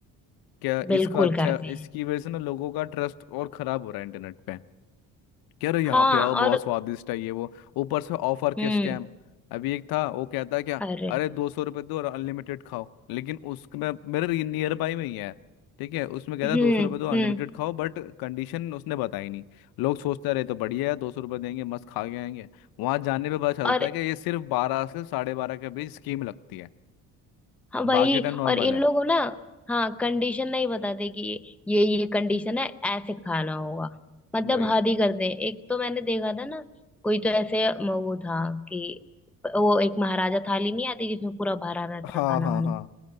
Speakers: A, on the left; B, in the centre.
A: क्या
B: बिल्कुल
A: इसका अच्छा
B: करते हैं
A: इसकी वजह से ना लोगों का ट्रस्ट और खराब हो रहा है इंटरनेट पे यार यहाँ
B: हाँ
A: पे आओ बहुत
B: और
A: स्वादिष्ट है ये वो ऊपर से ऑफर
B: हम्म
A: के स्कैम अभी एक था वो कहता है क्या
B: अरे
A: अरे दो सौ रुपये दो और अनलिमिटेड खाओ लेकिन उसमें मेरे नियर बाई में ही है ठीक है उसमें कहता
B: हम्म
A: है दो सौ रुपये दो अनलिमिटेड
B: हम्म
A: खाओ बट कंडीशन उसने बताई नहीं लोग सोचते रहे तो बढ़िया है दो सौ रुपये देंगे मस्त खा के आएंगे वहां जाने पे पता चलता
B: और
A: है कि ये सिर्फ बारह से साढ़े बारह के बीच स्कीम लगती है
B: हाँ वही
A: बाकी टाइम नॉर्मल
B: और इन
A: है
B: लोगों ना हाँ कंडीशन नहीं बताते कि ये ये कंडीशन है ऐसे खाना होगा मतलब
A: वही
B: हद ही करते हैं एक तो मैंने देखा था ना कोई तो ऐसे म- वो था कि वो एक महाराजा थाली नहीं आती जिसमें पूरा भरा रहता
A: हाँ
B: है खाना
A: हाँ
B: वाना
A: हाँ